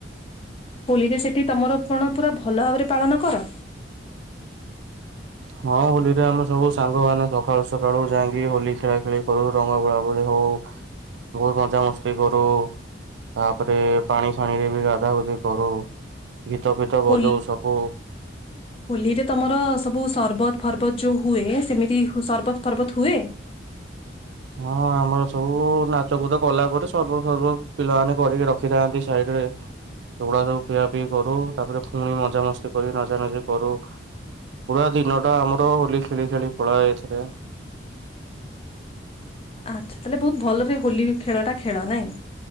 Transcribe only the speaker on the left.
ହୋଲିରେ ସେଠି ତମର କଣ ପୁରା ଭଲ ଭାବରେ ପାଳନ କର।
ହୋଲି
ହୋଲିରେ ତମର ସବୁ ସରବତ ଫର୍ବତ ଯୋଉ ହୁଏ ସେମିତି ସରବତ ଫର୍ବତ ହୁଏ।
ଆଚ୍ଛା! ତାହେଲେ ବହୁତ ଭଲରେ ହୋଲି ଖେଳ ଟା ଖେଳ ନାଇଁ,